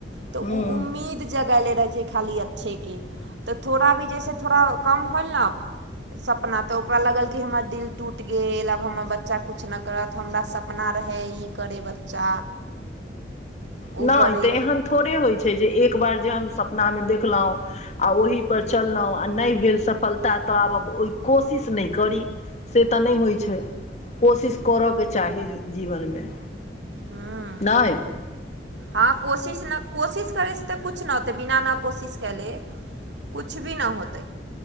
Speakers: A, on the right; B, on the left.
A: त
B: हूँ
A: उम्मीद जगहले रहे छै खाली अच्छे के तऽ थोड़ा भी जैसे थोड़ा कम होल ने सप हँ तऽ ओकरा लागल कि हमर दिल टूटि गेल आब हमर बच्चा कुछ नहि करत हमरा सपना रहै ई करै बच्चा उ
B: नय
A: करे
B: तऽ ऐहन थोड़े होइ छै जे एक बार जे हम सपना मे देखलहुं आ ओहि पर चलहुं आ नहि भेल सफलता तऽ आब ओहि कोशिश नहि करी से तऽ नहि होइ छै कोशिश करऽ के चाही जीवनमे
A: हूँ
B: नय
A: हँ कोशिश ने कोशिश करै छी तऽ कुछ नहि होतै बिना नहि कोशिश क ले कुछ भी न होतै